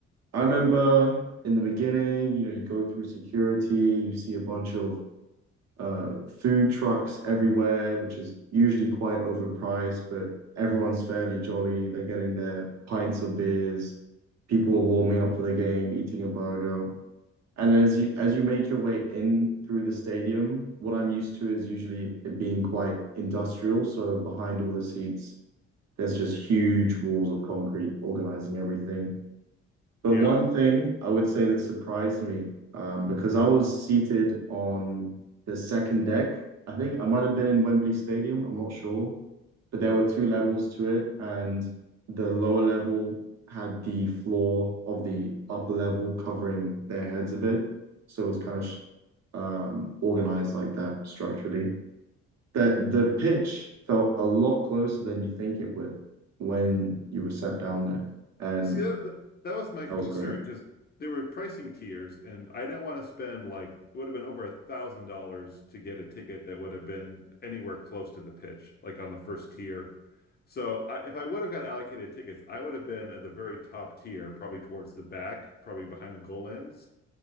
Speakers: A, on the right; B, on the left.
A: I remember in the beginning, you know, you go through security, you see a bunch of uh, food trucks everywhere, which is usually quite overpriced, but everyone's fairly jolly. They're getting their pints of beers. People are warming up for the game, eating a burger. And as you as you make your way in through the stadium, what I'm used to is usually it being quite industrial. So behind all the seats, there's just huge walls of concrete organizing everything. But
B: Yeah.
A: one thing I would say that surprised me, um, because I was seated on the second deck. I think I might have been in Wembley Stadium. I'm not sure but there were two levels to it, and the lower level had the floor of the upper level covering their heads a bit. So it was kind of um, organized like that structurally. That the pitch felt a lot closer than you think it would when you were sat down there, and
B: See, that, that, that was my
A: that
B: concern
A: was great.
B: because there were pricing tiers, and I didn't want to spend like it would have been over a thousand dollars to get a ticket that would have been anywhere close to the pitch, like on the first tier. So I, if I would have got allocated tickets, I would have been at the very top tier, probably towards the back, probably behind the goal ends.